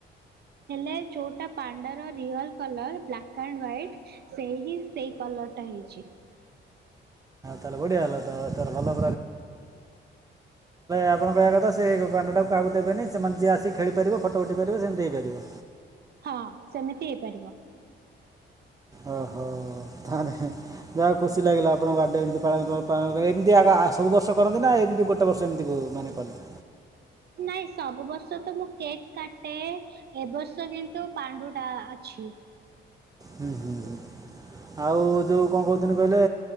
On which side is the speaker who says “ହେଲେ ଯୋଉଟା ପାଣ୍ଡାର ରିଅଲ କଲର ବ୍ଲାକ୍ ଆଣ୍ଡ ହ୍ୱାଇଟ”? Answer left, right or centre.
Right